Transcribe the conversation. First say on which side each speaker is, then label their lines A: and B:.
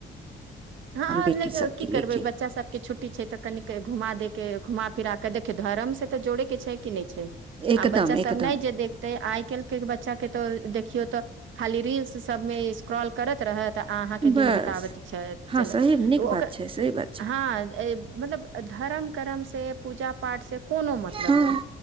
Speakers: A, on the right; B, on the right.
A: हँ
B: बेटी
A: ल
B: सबके
A: की करबै
B: ले के
A: बच्चा सबके छुट्टी छै तऽ कन घुमा दे के घुमा। फिरके देखियौ धर्म से तऽ जोड़े के छै कि नहि छै।
B: एकदम
A: आ बच्चा सब
B: एकदम
A: नहि जे देखते आइ क् के बच्चा के त देखियौ तऽ खाली रिल। सब स्क्रॉल कर रहत। दिन
B: बस
A: बता चल
B: हँ सही नीक
A: ओ ओक
B: बात छै सही बात छै
A: हँ मतलब धर्म करर्म से पूजा को मतलब
B: हँ
A: नहि